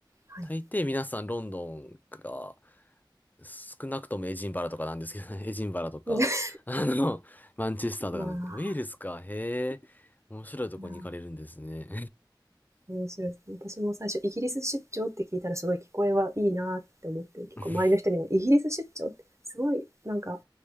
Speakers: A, on the right; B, on the left.
A: はい。
B: 大抵皆さんロンドンが少なくともエジンバラとかなんですけどね。<laughs> エジンバラとか、
A: <laughs>
B: あの、マンチェスターとかなんで。
A: まあ、
B: ウェールズか、へえ。面白いとこに行かれるんですね。
A: いやー面白いですね。私も最初、イギリス出張って聞いたら、すごい聞こえはいいなって思って、結構周りの人にも、
B: <laughs>
A: イギリス出張って、すごい、なんか、